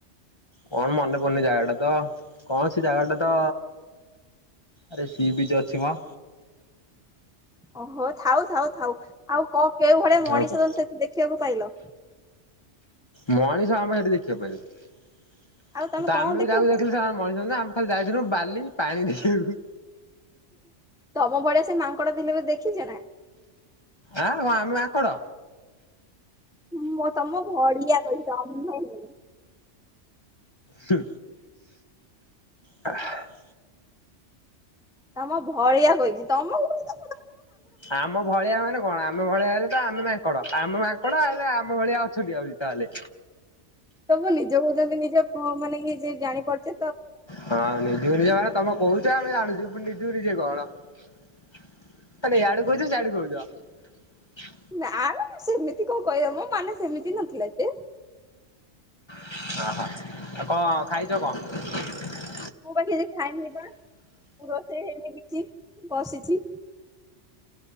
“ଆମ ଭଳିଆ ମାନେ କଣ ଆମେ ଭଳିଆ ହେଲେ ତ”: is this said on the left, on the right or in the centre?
Left